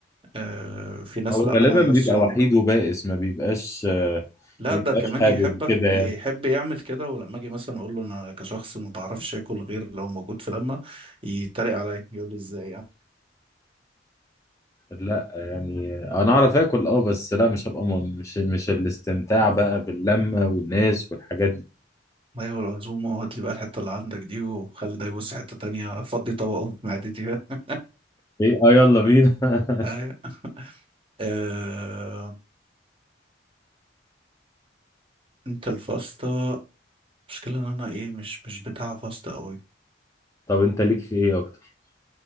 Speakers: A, on the right (about 30°); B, on the left (about 15°).
A: أه في ناس
B: هو
A: لا
B: غالبا
A: انا عن
B: بيبقى
A: نفسي يوم-
B: وحيد وبائس ما بيبقاش آه،
A: لا
B: ما بيبقاش
A: ده كمان
B: حابب
A: يحبك
B: كده
A: يحب
B: يعني
A: يعمل كده ولما اجي مثلا اقول له انا كشخص ما بعرفش اكل غير لو موجود في لمه يتريق عليا يقول لي ازاي
B: لا يعني انا اعرف اكل اه بس لا مش هبقى م- مش مش الاستمتاع بقى باللمه والناس والحاجات دي
A: ايوه العزومه وهات لي بقى الحته اللي عندك دي وخلي ده يبص حته تانية فضي طبقه في معدتي <laughs>
B: ايه اه يلا بينا <laughs>
A: أيوة. آه... انت الفاستا مشكلة ان انا ايه مش مش بتاع فاستا قوي
B: طب انت ليك في ايه اكتر